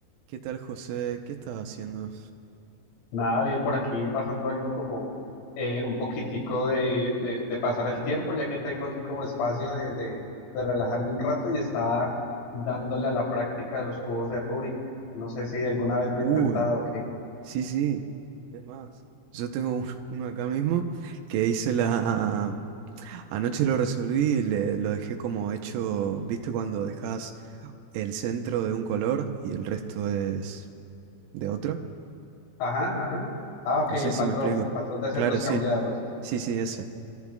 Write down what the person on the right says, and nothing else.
¿Qué tal, José? ¿Qué estás haciendo?
Uy,
sí, sí. Es más, yo tengo un- <laughs> uno acá mismo que hice la... Anoche lo resolví y le- lo dejé como hecho, ¿viste cuando dejas el centro de un color y el resto es de otro?
No
sé si
me explico.
Claro, sí.
Sí, sí, ese.